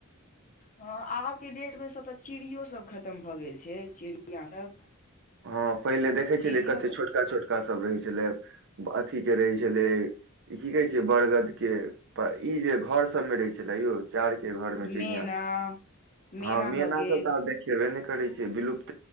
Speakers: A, on the left (about 35°); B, on the right (about 55°).
A: हँ आब केँ डेट मे से तऽ चिड़ियो सब खतम भऽ गेल छै चिड़िया सब
B: हँ पहिले देखै
A: चिड़ियो
B: छलियै कते
A: सब
B: छोटका छोटका सभ रहै छलै अथी केँ रहै छलै ई की कहे छै बरगद केँ पऽ ई जे घर सबमे रहै छलै यौ चार केँ घर मे चिड़िया
A: मेना
B: सब
A: मेना
B: हँ मैना
A: भऽ गेल
B: सब तऽ आब देखेबे नय करै छै विलुप्त